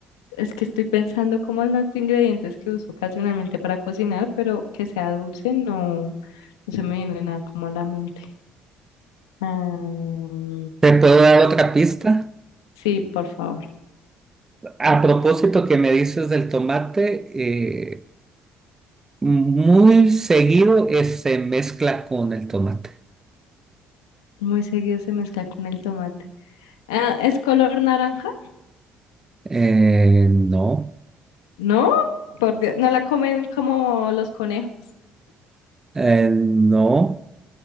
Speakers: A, on the left (about 85°); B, on the right (about 20°).
A: Es que estoy pensando como en los ingredientes que uso ocasionalmente para cocinar, pero que sea dulce no, no se me viene nada como a la mente. Ah,
B: ¿Te puedo dar otra pista?
A: sí, por favor.
B: A propósito que me dices del tomate, eh, muy seguido eh, se mezcla con el tomate.
A: Muy seguido se mezcla con el tomate. Ah, ¿es color naranja?
B: Eh, no,
A: No, por Dios. ¿No la comen como los conejos?
B: eh, no.